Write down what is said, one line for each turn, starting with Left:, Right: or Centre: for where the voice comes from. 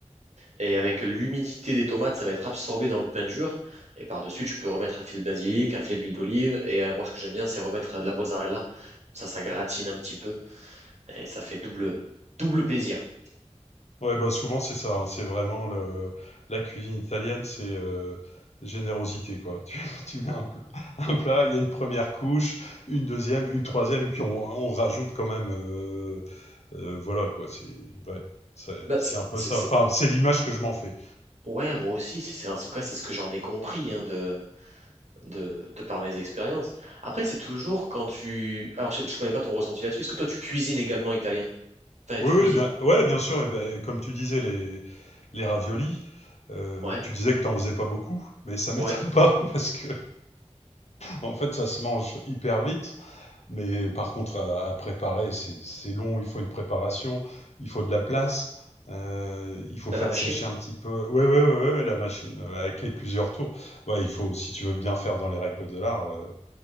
Right: Et avec l'humidité des tomates, ça va être absorbé dans le pain dur. Et par-dessus, tu peux remettre un filet de basilic, un filet d'huile d'olive. Et euh, moi, ce que j'aime bien, c'est remettre de la mozzarella. Comme ça, ça gratine un petit peu. Et ça fait double, double plaisir.
Left: Ouais, bah, souvent c'est ça, hein, c'est vraiment le la cuisine italienne, c'est, heu, générosité quoi. <laughs> Tu tu mets un plat un plat, il y a une première couche, une deuxième, une troisième et puis on on rajoute quand même, heu heu, voilà quoi, c'est ouais, c'est
Right: Bah,
Left: c'est
Right: c'est-
Left: un peu
Right: c'est-
Left: ça.
Right: c'est-
Left: Enfin, c'est l'image que je m'en fais.
Right: Ouais, moi aussi. C'est, c'est- en tout cas, c'est ce que j'en ai compris hein, de, de, de par mes expériences. Après, c'est toujours quand tu... Alors, je, je connais pas ton ressenti là-dessus. Est-ce que toi, tu cuisines également italien? Enfin,
Left: Oui,
Right: tu
Left: oui,
Right: cuisines.
Left: bien, ouais, bien sûr. Et ben, comme tu disais, les, les raviolis, euh,
Right: Ouais,
Left: tu disais que tu n'en faisais pas beaucoup, mais ça m'étonne
Right: ouais.
Left: <laughs> pas parce que, en fait, ça se mange hyper vite. Mais par contre, à, à préparer, c'est c'est long. Il faut une préparation, il faut de la place, euh, il faut
Right: T'as
Left: faire
Right: la machine?
Left: sécher un petit peu. Ouais, ouais, ouais, ouais, la machine euh, avec les plusieurs tours. Ouais, il faut, si tu veux bien faire dans les règles de l'art, euh,